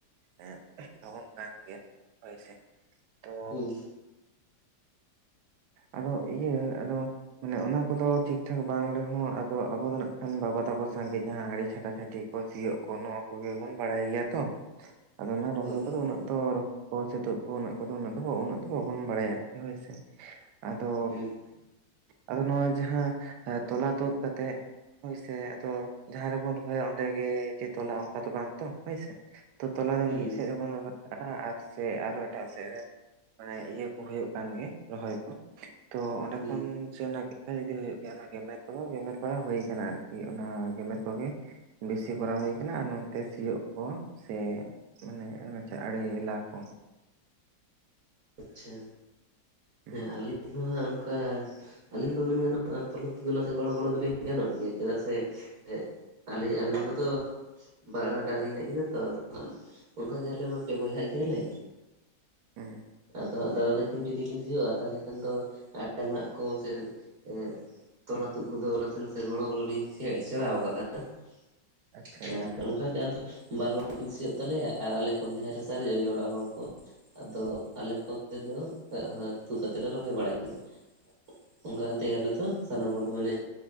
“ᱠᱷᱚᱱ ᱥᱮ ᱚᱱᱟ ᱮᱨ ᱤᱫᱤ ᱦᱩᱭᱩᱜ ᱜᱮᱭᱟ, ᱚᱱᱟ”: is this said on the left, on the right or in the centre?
Right